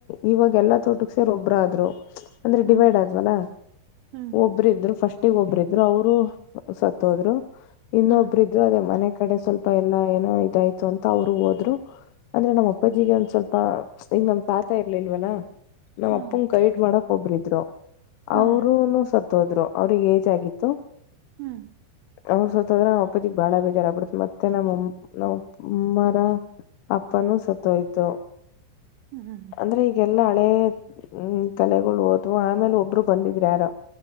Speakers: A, on the left; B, on the right.
A: ಇ ವಾಗ ಎಲ್ಲಾ ತೋಟಕ್ಕೆ ಸೇ ಒಬ್ರು ಆದ್ರು ಅಂದ್ರೆ
B: ಹ್ಮ್
A: ಡಿವೈಡ್ ಆದ್ವಲ್ಲ.
B: ಹ್ಮ್
A: ಒಬ್ಬ್ರ ಇದ್ರು ಫಸ್ಟ್. ಒಟ್ಟಿಗ ಒಬ್ಬ್ರ ಇದ್ರು ಅವರು ಸತ್ತ ಹೋದ್ರು. ಇನ್ನೊಬ್ರಿದ್ರು
B: ಹ್ಮ್
A: ಅದೇ ಮನೆ ಕಡೆ ಸ್ವಲ್ಪ ಎಲ್ಲಾ ಏನೋ ಇದಾಯ್ತು ಅಂತ ಅವರು ಹೋದ್ರು ಅಂದ್ರೆ ನಮ್ಮ್ ಅಪ್ಪಾಜಿಗೆ ಒಂದ್ ಸ್ವಲ್ಪ ಇ ನಮ್ ತಾತ ಇರ್ಲಿಲ್ವಲ್ಲಾ ನಮ್ಮ್
B: ಹ್ಮ್
A: ಅಪ್ಪಂಗ ಗೈಡ್ ಮಾಡಕ್ ಒಬ್ರಿದ್ರು
B: ಹ್ಮ್
A: ಅವರುೂನು ಸತ್ ಹೋದ್ರು ಅವ್ರಿಗೆ ಏಜ್ ಆಗಿತ್ತು.
B: ಹ್ಮ್
A: ಅವ್ರ ಸತ್ತದ್ರ ನಮ್ಮ್ ಅಪ್ಪಾಜಿಗೆ ಬಾಳ ಬೇಜಾರಾಗಗ್ಬಿಡತತ್ ಮತ್ತೆ ನಮ್ಮ ಅಮ್ಮ ಅವ್ರ ಅಪ್ಪನುೂ ಸ ಆಯ್ತು
B: ಹ್ಮ್ ಹ್ಮ್
A: ಅಂದ್ರೆ ಈಗೆಲ್ಲಾ ಹಳೆ ಹ್ಮ್ ತಲೆಗಳು ಹೋದ್ವು ಆಮೇಲೆ ಒಬ್ರು ಬಂದಿದ್ರ ಯಾರ